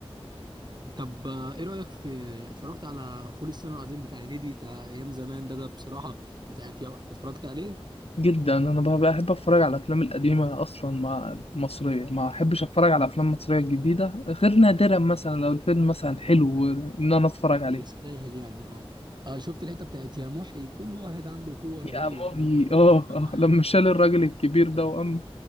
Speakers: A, on the right (about 45°); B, on the left (about 75°).
A: طب آه، ايه رايك في اتفرجت على فول الصين العظيم بتاع هنيدي بتاع ايام زمان ده ده بصراحه بتاعت يا... اتفرجت عليه
B: جدا أنا ب- بحب أتفرج على الأفلام القديمة أصلا مع المصرية ما أحبش أتفرج على أفلام مصرية جديدة غير نادرا مثلا لو الفيلم مثلا حلو إن أنا أتفرج عليه
A: يستاهل يعني اه آه، شفت الحته بتاعت يا محي كل واحد عنده قوه
B: يا
A: رهيبه
B: ماهي
A: المنيب
B: اه
A: بيطلعها
B: اه لما شال
A: بيطلع
B: الراجل الكبير ده وقام